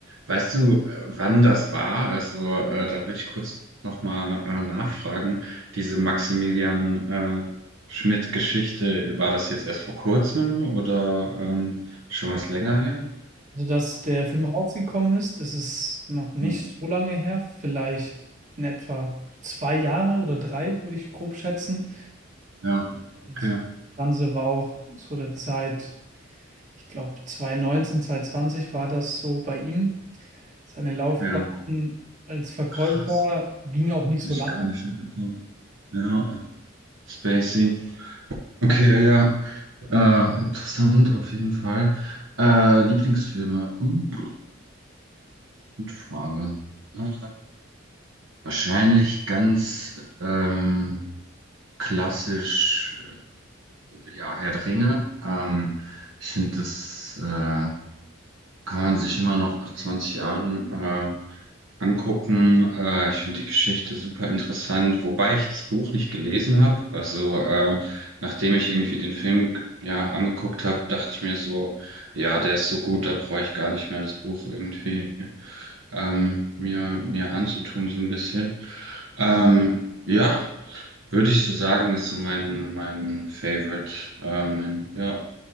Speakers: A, on the right; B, on the right.
A: weißt du, äh, wann das war? Also, äh, da würde ich kurz nochmal äh, nachfragen. Diese Maximilian äh, Schmidt-Geschichte, war das jetzt erst vor kurzem oder ähm, schon was länger her?
B: Also, dass der Film rausgekommen ist, das ist noch nicht
A: Ja,
B: so lange her, vielleicht in etwa zwei Jahre oder drei, würde ich grob schätzen.
A: ja,
B: Und
A: okay,
B: das Ganze war auch so der Zeit, ich glaube 2019, zwanzig war das so bei ihm. Seine Laufbahn
A: ja.
B: als Verkäufer
A: Krass,
B: ging auch nicht
A: habe
B: so
A: ich
B: lange.
A: gar nicht mitbekommen. Ja, Spacey. Okay,
B: Ja.
A: ja. Äh, interessant auf jeden Fall. Äh, Lieblingsfilme. Uh, gute Frage. Äh, wahrscheinlich ganz ähm, klassisch, äh, ja, Herr der Ringe. Ähm, ich finde das äh, kann man sich immer noch nach 20 Jahren äh, angucken. Äh, ich finde die Geschichte super interessant, wobei ich das Buch nicht gelesen habe. Also äh, nachdem ich irgendwie den Film ja angeguckt habe, dachte ich mir so, ja, der ist so gut, da brauche ich gar nicht mehr das Buch irgendwie ähm, mir mir anzutun so ein bisschen. Ähm, ja. Würde ich so sagen, ist so mein, mein Favorite. Äh, mein, ja.